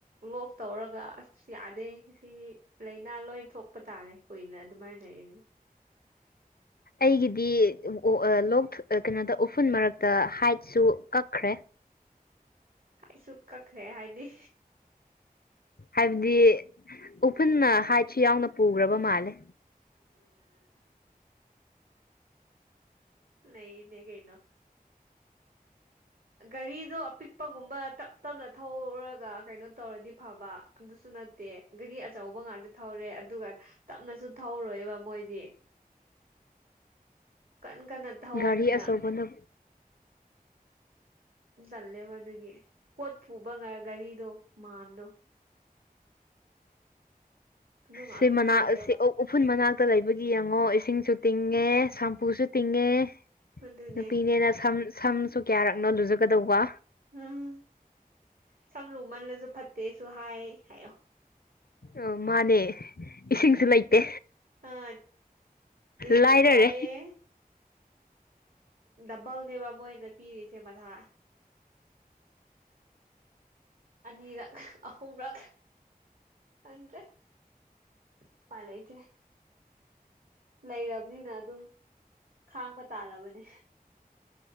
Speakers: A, on the right; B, on the left.
A: ꯂꯣꯛ ꯇꯧꯔꯒ ꯑꯁ ꯌꯥꯗꯦ ꯁꯤꯗꯤ ꯂꯥꯏꯅꯥ ꯂꯣꯏ ꯊꯣꯛꯄ ꯇꯥꯔꯦ ꯀꯨꯏꯅ ꯑꯗꯨꯃꯥꯏꯅ ꯂꯩꯔꯗꯤ
B: ꯑꯩꯒꯤꯗꯤ ꯑ ꯂꯣꯛ ꯀꯩꯅꯣꯗ ꯎꯐꯨꯟ ꯃꯔꯛꯇ ꯍꯥꯏꯠꯁꯨ ꯀꯛꯈ꯭ꯔꯦ
A: <unintelligible> ꯀꯛꯈ꯭ꯔꯦ ꯍꯥꯏꯗꯤ
B: ꯍꯥꯏꯕꯗꯤ ꯎꯐꯨꯟꯅ ꯍꯥꯏꯠꯁꯨ ꯌꯥꯎꯅ ꯄꯨꯈ꯭ꯔꯕ ꯃꯥꯜꯂꯦ
A: ꯅꯩꯅꯦ ꯀꯩꯅꯣ ꯒꯥꯔꯤꯗꯣ ꯑꯄꯤꯛꯄꯒꯨꯝꯕ ꯇꯞ ꯇꯞꯅ ꯊꯧꯔꯒ ꯀꯩꯅꯣ ꯇꯧꯔꯗꯤ ꯐꯕ ꯑꯗꯨꯁꯨ ꯅꯠꯇꯦ ꯒꯥꯔꯤ ꯑꯆꯧꯕ ꯉꯥꯛꯇ ꯊꯧꯔꯦ ꯑꯗꯨꯒ ꯇꯞꯅꯁꯨ ꯊꯧꯔꯣꯏꯕ ꯃꯣꯏꯗꯤ ꯀꯟ ꯀꯟꯅ ꯊꯧꯕꯅꯤꯅ
B: ꯒꯥꯔꯤ ꯑꯆꯧꯕꯅ
A: ꯇꯜꯂꯦꯕ ꯑꯗꯨꯒꯤ ꯄꯣꯠ ꯄꯨꯕ ꯒꯥꯔꯤꯗꯣ ꯃꯥꯟꯗꯣ ꯑꯗꯨ ꯉꯥꯛꯇ
B: ꯁꯤ ꯃꯅꯥ
A: ꯆꯦꯜꯂꯦꯕ
B: ꯁꯤ ꯑꯣꯛ ꯎꯐꯨꯜ ꯃꯅꯥꯛꯇ ꯂꯩꯕꯒꯤ ꯌꯦꯡꯉꯣ ꯏꯁꯤꯡꯁꯨ ꯇꯤꯡꯉꯦ ꯁꯝꯄꯨꯁꯨ ꯇꯤꯡꯉꯦ
A: ꯑꯗꯨꯅꯦ
B: ꯅꯨꯄꯤꯅꯦꯅ ꯁꯝ ꯁꯝꯁꯨ ꯀꯌꯥꯔꯛꯅꯣ ꯂꯨꯖꯒꯗꯧꯕ
A: ꯎꯝ ꯁꯝ ꯂꯨꯃꯜꯂꯁꯨ ꯐꯠꯇꯦꯁꯨ ꯍꯥꯏ ꯍꯥꯏꯌꯣ
B: ꯑ ꯃꯥꯅꯦ ꯏꯁꯤꯡꯁꯨ
A: ꯑꯗꯨꯅꯦ
B: ꯂꯩꯇꯦ
A: ꯑꯥ ꯑꯗꯨꯅꯦ
B: ꯂꯥꯏꯔꯔꯦ
A: ꯋꯥꯏꯌꯦ ꯗꯕꯜꯅꯦꯕ ꯃꯣꯏꯗ ꯄꯤꯔꯤꯁꯦ ꯃꯊꯥ ꯑꯅꯤꯔꯛ ꯑꯍꯨꯝꯔꯛ ꯈꯪꯗ꯭ꯔꯦ ꯎꯄꯥꯏ ꯂꯩꯇꯦ ꯂꯩꯔꯕꯅꯤꯅ ꯑꯗꯨꯝ ꯈꯥꯡꯕ ꯇꯥꯔꯕꯅꯤ